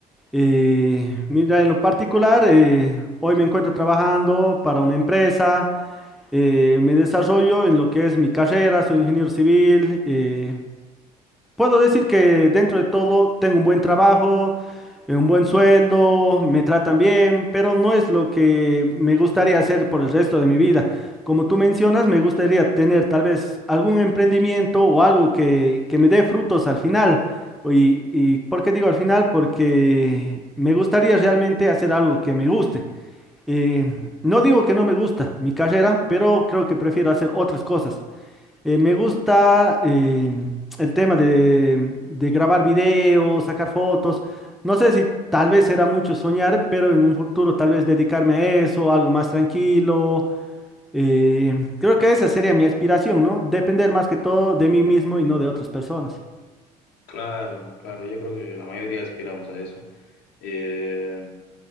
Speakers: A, in the centre; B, on the left.
A: Eh, mira, en lo particular, eh, hoy me encuentro trabajando para una empresa, eh, me desarrollo en lo que es mi carrera, soy ingeniero civil, eh, Puedo decir que dentro de todo tengo un buen trabajo, eh, un buen sueldo, me tratan bien, pero no es lo que me gustaría hacer por el resto de mi vida. Como tú mencionas, me gustaría tener tal vez algún emprendimiento o algo que, que me dé frutos al final. Y, ¿Y por qué digo al final? Porque me gustaría realmente hacer algo que me guste. Eh, no digo que no me gusta mi carrera, pero creo que prefiero hacer otras cosas. Eh, me gusta eh, el tema de, de grabar videos, sacar fotos. No sé si tal vez será mucho soñar, pero en un futuro tal vez dedicarme a eso, algo más tranquilo. Eh, creo que esa sería mi aspiración, ¿no? Depender más que todo de mí mismo y no de otras personas.
B: Claro, claro, yo creo que la mayoría aspiramos a eso. Eh,